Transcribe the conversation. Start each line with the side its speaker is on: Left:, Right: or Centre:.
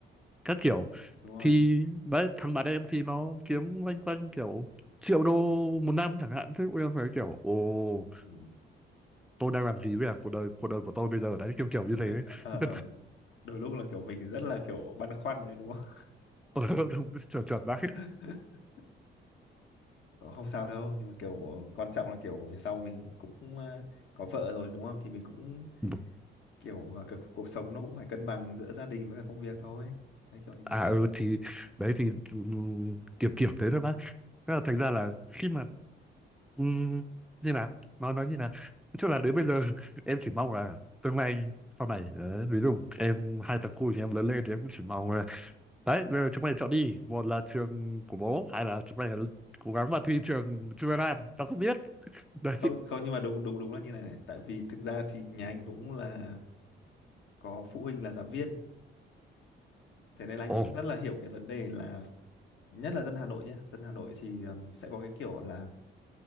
Centre: các kiểu
Left: đúng rồi
Centre: thì đấy thằng bạn em thì nó kiếm loanh quanh kiểu triệu đô một năm chẳng hạn thế bọn em phải kiểu ồ
Left: Ừ.
Centre: tôi đang làm gì với cả cuộc đời cuộc đời của tôi bây giờ đấy kiểu kiểu như thế
Left: ờ
Centre: <laughs>
Left: ờ. đôi lúc là kiểu mình rất là kiểu băn khoăn đấy đúng không
Centre: Tôi chuẩn chuẩn bác
Left: <laughs> không sao đâu nhưng mà kiểu quan trọng là kiểu về sau mình cũng ờ, có vợ rồi đúng không thì mình cũng
Centre: <laughs>
Left: kiểu ờ, cuộc, cuộc sống nó cũng phải cân bằng giữa gia đình với cả công việc thôi đấy kiểu như
Centre: à
Left: thế
Centre: ừ thì đấy thì ừm, kiểu kiểu thế thôi bác Thế là thành
Left: Ừ.
Centre: ra là khi mà ừm, như nào nó nói như nào nói chung là đến bây giờ <laughs> em chỉ mong là tương lai sau này ờ, ví dụ em hai thằng cu thì em lớn lên thì em cũng chỉ mong là đấy bây giờ chúng mày chọn đi một là trường của bố hay là chúng mày cố gắng vào thi trường chuyên Nam tao không biết <laughs> đấy
Left: không không nhưng mà đúng đúng đúng là như này này tại vì thực ra thì nhà anh cũng là có phụ huynh là giáo viên thế nên là anh cũng
Centre: ồ
Left: rất là hiểu cái vấn đề là nhất là dân Hà Nội nhé dân Hà Nội thì ừm, sẽ có cái kiểu là